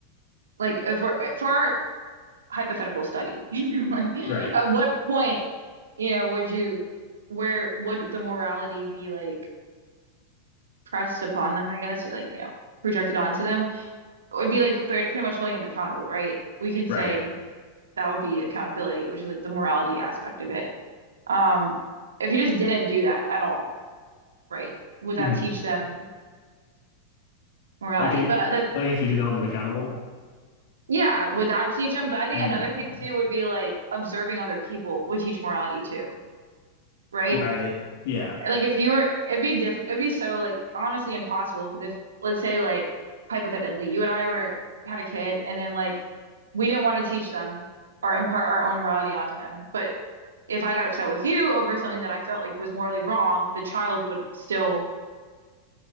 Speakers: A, on the right; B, on the left.
A: like if we're for our hypothetical study, <laughs> you know, like
B: right.
A: at what point, you know, would you where would the morality be like? pressed upon them, I guess, or like, you know, projected onto them, it would be like pretty much holding them accountable, right? We can say
B: Right.
A: that would be accountability, which is like the morality aspect of it. Um, if you just didn't do that at all, right? Would that
B: Mm.
A: teach them morality?
B: Like it,
A: But that,
B: like if you didn't hold them accountable.
A: yeah, would that teach them? But I think
B: Hmm.
A: another thing too would be like observing other people would teach morality too, right?
B: Right. Yeah.
A: Like if you were, it'd be different. It'd be so like honestly impossible because if let's say like hypothetically you and I were had a kid and then like we didn't want to teach them or impart our own morality onto them, but if I got upset with you over something that I felt like was morally wrong, the child would still